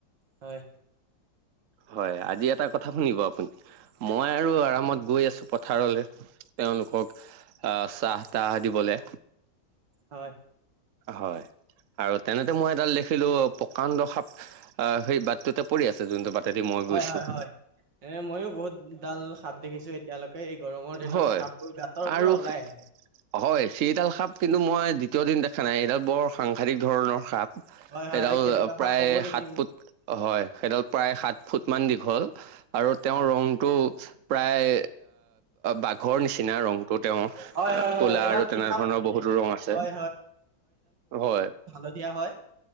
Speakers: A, on the right; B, on the right.
A: হয়
B: হয় আজি এটা কথা শুনিব আপুনি মই আৰু আৰামত
A: হয়,
B: গৈ আছো পথাৰলে তেওঁলোকক আহ চাহ তাহ দিব লে
A: হয়
B: হয় আৰু তেনেতে মই এডাল দেখিলো প্ৰকাণ্ড সাপ আহ সেই বাটটোতে পৰি আছে যোনটো বাটেদি মই
A: হয়,
B: গৈছো
A: হয়, এ ময়ো বহুত ডাল সাপ দেখিছো এতিয়ালৈকে গৰমৰ দিনত
B: হয়
A: সাপবোৰ গাঁতৰ পৰা
B: আৰু
A: ওলাই আহে।
B: হয় সেই ডাল সাপ
A: হয়,
B: কিন্তু মই দ্বিতীয় দিন দেখা নাই এইডাল বৰ সাংঘাতিক ধৰণৰ সাপ
A: হয়,
B: সেইডাল
A: হয়, কেনেকুৱা সাপ
B: প্ৰায়
A: ক'ব নেকি
B: সাত
A: মোক?
B: ফুট হয় সেইডাল প্ৰায় সাত ফুট। মান দীঘল আৰু তেওঁৰ
A: হয়,
B: ৰংটো প্ৰায়। বাঘৰ নিচিনা ৰং। ত তেওঁ
A: হয়, হয়, হয়,
B: কলা
A: এডাল
B: আৰু
A: কি
B: তেনেধৰণৰ
A: সাপ
B: বহুতো ৰং আছে
A: হয়
B: হয়।
A: ধুনীয়া হয়